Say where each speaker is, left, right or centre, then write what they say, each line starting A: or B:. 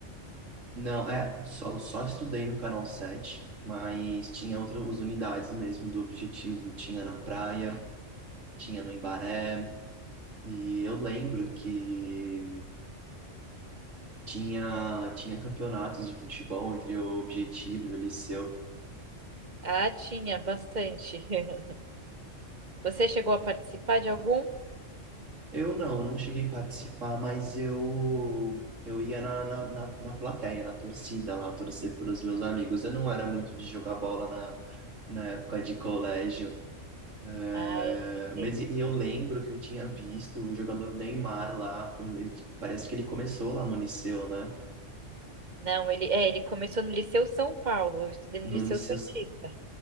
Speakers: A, on the right; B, on the right.
A: não, é, só, só estudei no Canal 7, mas tinha outras unidades mesmo do Objetivo. Tinha na praia, tinha no Embaré. E eu lembro que tinha, tinha campeonatos de futebol entre o Objetivo e o Liceu.
B: Ah, tinha bastante. <laughs> Você chegou a participar de algum?
A: Eu não, eu não cheguei a participar, mas eu, eu ia na, na, na, na plateia, na torcida lá, torcer pelos meus amigos. Eu não era muito de jogar bola na, na época de colégio. É,
B: Ah, eu também.
A: mas e e eu lembro que eu tinha visto o jogador Neymar lá, quando ele- parece que ele começou lá no Liceu, né?
B: Não, ele, é, ele começou no Liceu São Paulo, eu estudei no
A: No
B: Liceu
A: Liceu.
B: Santista.